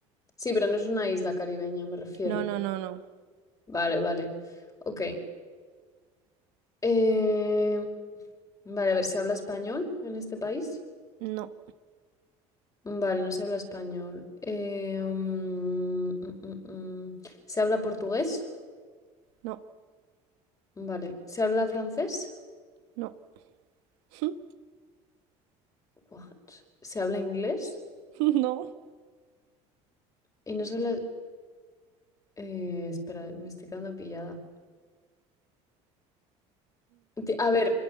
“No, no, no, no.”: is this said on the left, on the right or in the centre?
Right